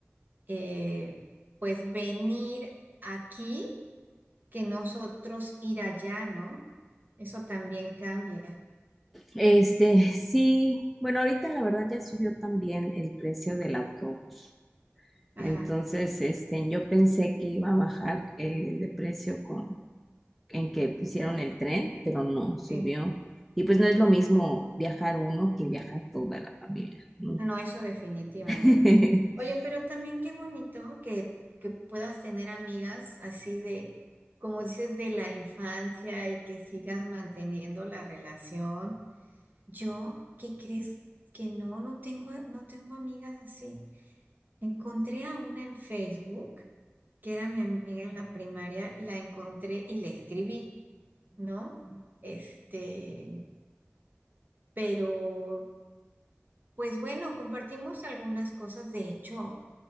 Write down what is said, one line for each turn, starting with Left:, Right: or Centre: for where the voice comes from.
Right: eh, pues venir aquí que nosotros ir allá, ¿no? Eso también cambia.
Centre: Este, sí, bueno, ahorita la verdad ya subió también el precio del autobús,
Right: Ajá,
Centre: entonces, este, yo pensé que iba a bajar eh, de precio con, en que pusieron el tren, pero no, subió.
Right: sí.
Centre: Y pues no es lo mismo viajar uno que viajar toda la familia, ¿no?
Right: No, eso definitivamente.
Centre: <laughs>
Right: Oye, pero también qué bonito que, que puedas tener amigas así de, como dices, de la infancia y que sigas manteniendo la relación. Yo, ¿qué crees? Que no, no tengo, no tengo amigas así. Encontré a una en Facebook que era mi amiga en la primaria, la encontré y le escribí, ¿no? Este, pero pues bueno, compartimos algunas cosas. De hecho,